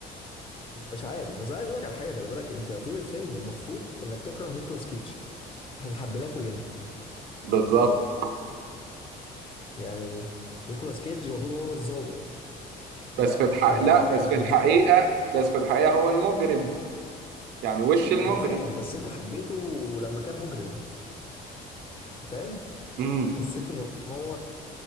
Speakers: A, on the left; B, on the right.
A: مش عارف بس عايز اقول لك على حاجه خلي بالك انت طول الفيلم المفروض انك تكره نيكولاس كيدج احنا حبيناه كلنا
B: بالظبط
A: يعني نيكولاس كيدج المفروض إن هو الظابط
B: بس
A: لا
B: في الحق
A: احنا
B: لا بس
A: قلبنا
B: في الحقيقة
A: شو انت
B: بس في الحقيقة هو المجرم يعني وش المجرم
A: انا فاهم بس انت حبيته لما كان مجرم انت فاهم
B: امم
A: حسيته ان هو